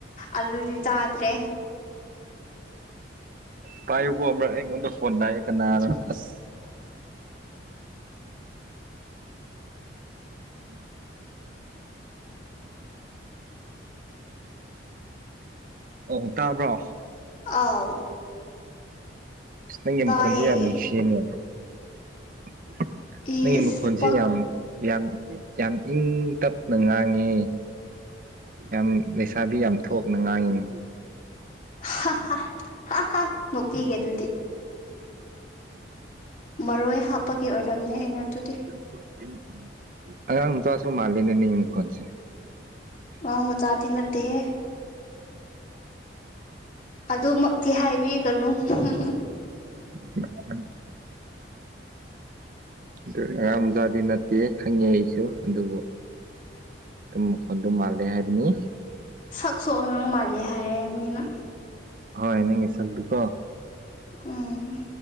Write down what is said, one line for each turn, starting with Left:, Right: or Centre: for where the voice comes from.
Left: ꯑꯗꯨꯗꯤ ꯆꯥꯇ꯭ꯔꯦ꯫
Right: <inaudible> ꯄꯥꯏꯌꯨꯀꯣ ꯑꯝꯔꯛ ꯑꯩꯉꯣꯟꯗ ꯐꯣꯟ ꯂꯥꯛꯑꯦ ꯀꯅꯥꯔꯥ ꯑꯁ꯫ ꯎꯝ꯫ ꯑꯣ ꯇꯥꯕ꯭ꯔꯣ꯫
Left: ꯑꯥꯎ꯫
Right: ꯅꯪꯒꯤ
Left: ꯇꯥꯏꯌꯦ
Right: ꯃꯈꯣꯟꯁꯦ ꯌꯥꯝ ꯅꯨꯡꯁꯤꯌꯦꯅꯦ ꯫
Left: ꯏꯁ
Right: ꯅꯪꯒꯤ ꯃꯈꯣꯟꯁꯦ
Left: ꯄꯛ
Right: ꯌꯥꯝ ꯌꯥꯝ ꯌꯥꯝ ꯏꯪ ꯇꯞꯅ ꯉꯥꯡꯉꯦ꯫ ꯌꯥꯝ ꯂꯩꯁꯥꯕꯤ ꯌꯥꯝ ꯊꯣꯛꯅ ꯉꯥꯡꯉꯤꯅꯦ꯫
Left: ꯍꯥ ꯍꯥ ꯍꯥꯍꯥ ꯅꯣꯛꯄꯤꯒꯦ ꯑꯗꯨꯗꯤ꯫ ꯃꯔꯣꯏ ꯍꯥꯞꯄꯒꯤ ꯑꯣꯏꯔꯝꯅꯦ ꯑꯩꯅ ꯑꯗꯨꯗꯤ꯫
Right: <unintelligible> ꯑꯉꯥꯡ ꯃꯆꯥꯁꯨ ꯃꯥꯂꯦꯅꯦ ꯅꯤꯡ ꯃꯈꯣꯟꯁꯦ꯫
Left: ꯃꯥꯡ ꯃꯆꯥꯗꯤ ꯅꯠꯇꯦꯍꯦ꯫ ꯑꯗꯨꯃꯛꯇꯤ ꯍꯥꯏꯕꯤꯒꯅꯨ <unintelligible>
Right: <unintelligible> ꯗꯨ ꯑꯉꯥꯡ ꯃꯆꯥꯥꯗꯤ ꯅꯠꯇꯦ ꯈꯪꯉꯦ ꯑꯩꯁꯨ ꯑꯗꯨꯕꯨ ꯇꯨꯝ ꯃꯈꯣꯟꯗꯣ ꯃꯥꯜꯂꯦ ꯍꯥꯏꯕꯅꯤ꯫
Left: ꯁꯛꯁꯨ ꯑꯉꯥꯡ ꯃꯥꯜꯂꯤ ꯍꯥꯏꯔꯦ ꯃꯤꯅ꯫
Right: ꯍꯣꯏ ꯅꯪꯒꯤ ꯁꯛꯗꯨꯀꯣ꯫
Left: ꯎꯝ꯫